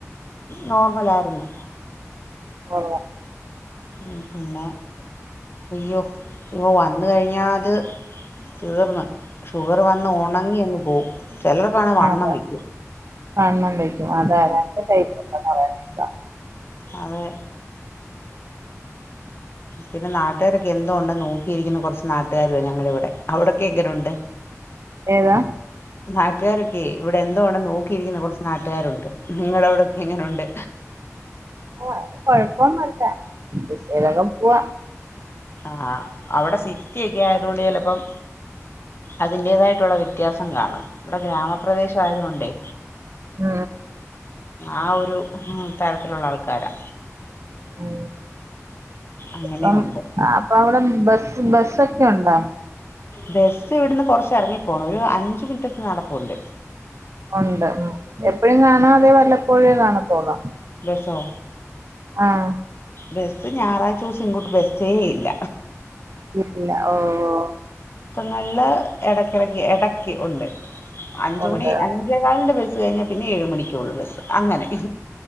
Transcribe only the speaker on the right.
ആ
അതാ
വണ്ണം വെയ്ക്കും അതാ രണ്ട് ടൈപ്പ് ഒണ്ടെന്നു പറഞ്ഞു അ <unintelligible>
ഏതാ
ആ കൊഴപ്പോന്നുഇല്ല ഏതായാലും പൂവാം
ആ
ഉം
ഇപ്പം
ങാ അപ്പം അവിടൊ ബസ്സ് ബസ്സൊക്കെ ഒണ്ടാ?
ഒണ്ട് എപ്പഴും കാണ്വോ അതോ വല്ലെപ്പ കോഴിയേ കാണാ തോന്നാ
ആഹ്
ഇല്ല ഓ ഓ
ഉണ്ട്